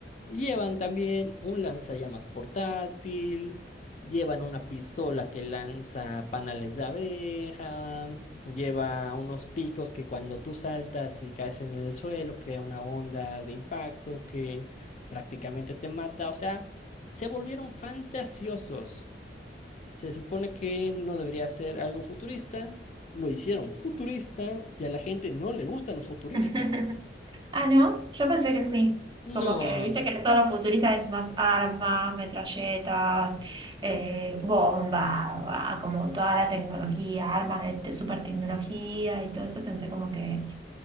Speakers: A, on the left; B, on the right.
A: llevan también un lanzallamas portátil Llevan una pistola que lanza panales de abeja, lleva unos picos que cuando tú saltas y caes en el suelo crea una onda de impacto que prácticamente te mata. O sea, se volvieron fantasiosos. Se supone que no debería ser algo futurista, lo hicieron futurista y a la gente no le gusta lo futurista.
B: <laughs> Ah, ¿no? Yo pensé que sí.
A: No.
B: Como que, viste que todo lo futurista es más armas, metralletas, eh, bomba, va, como toda la tecnología, armas de, de super tecnología y todo eso. Pensé como que